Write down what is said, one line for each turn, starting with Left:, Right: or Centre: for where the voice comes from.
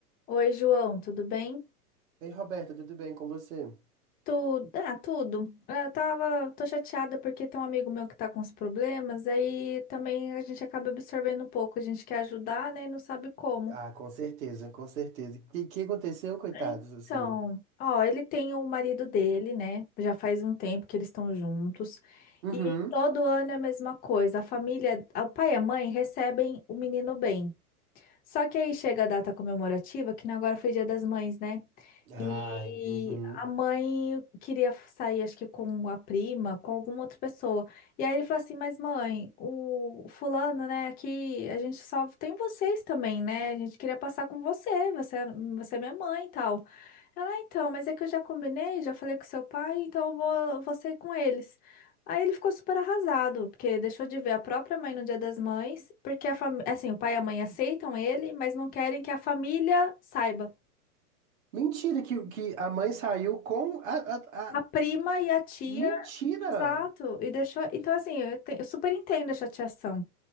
Left: Oi, João, tudo bem?
Right: Ei, Roberta, tudo bem com você?
Left: Tudo, ah, tudo. É, Eu tava, tô chateada porque tem um amigo meu que tá com os problemas, aí também a gente acaba absorvendo um pouco, a gente quer ajudar, né, e não sabe como.
Right: Ah, com certeza, com certeza. O que, que aconteceu, coitados,
Left: Então,
Right: assim?
Left: ó, ele tem o marido dele, né? Já faz um tempo que eles estão juntos.
Right: Uhum.
Left: E todo ano é a mesma coisa. A família, o pai e a mãe recebem o menino bem. Só que aí chega a data comemorativa, que agora foi Dia das Mães, né? E
Right: Ai, uhum.
Left: a mãe queria sair, acho que com a prima, com alguma outra pessoa. E aí ele falou assim: Mas mãe, o fulano, né? Aqui a gente só tem vocês também, né? A gente queria passar com você, você, você é minha mãe e tal. Ela, "Ah, então, mas é que eu já combinei, já falei com seu pai, então eu vou, vou ser com eles. Aí ele ficou super arrasado, porque deixou de ver a própria mãe no Dia das Mães, porque a fami- assim, o pai e a mãe aceitam ele, mas não querem que a família saiba.
Right: Mentira que, que a mãe saiu com a, a,
Left: A
Right: a-
Left: prima e a tia,
Right: Mentira!
Left: exato, e deixou. Então, assim, eu, te- eu super entendo a chateação.